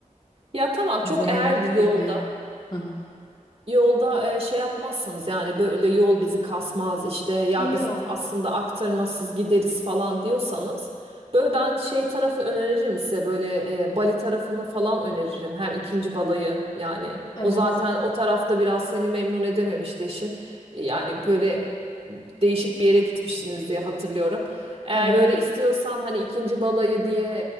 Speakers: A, on the right (about 45°); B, on the left (about 35°).
A: Ya tamam
B: Vize
A: çok
B: gerektirmeyen.
A: eğer yolda.
B: Hı hı.
A: Yolda e, şey yapmazsanız yani böyle yol bizi kasmaz işte ya biz
B: Yok.
A: aslında aktarmasız gideriz falan diyorsanız böyle ben şey tarafı öneririm size böyle e, Bali tarafını falan öneririm hem ikinci balayı yani
B: Evet.
A: o zaten o tarafta biraz seni memnun edememişti eşin yani böyle değişik bir yere gitmiştiniz diye hatırlıyorum. Eğer
B: Evet.
A: böyle istiyorsan hani ikinci balayı diye